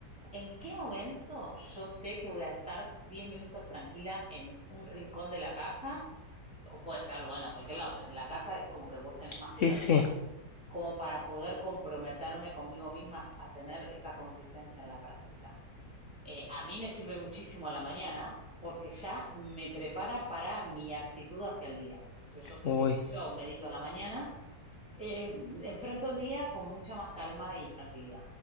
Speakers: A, in the centre; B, on the left (about 55°).
A: ¿en qué momento yo sé que voy a estar 10 minutos tranquila en un rincón de la casa? O puede ser, bueno, cualquier lado, pero en la casa es como que vos tenés más
B: sí,
A: privacidad,
B: sí.
A: como para poder comprometerme conmigo misma a tener esa consistencia en la práctica. Eh, a mí me sirve muchísimo a la mañana porque ya me prepara para mi actitud hacia el día. Entonces yo sé
B: Uy.
A: que si yo medito a la mañana, eh, enfrento el día con mucha más calma y tranquilidad.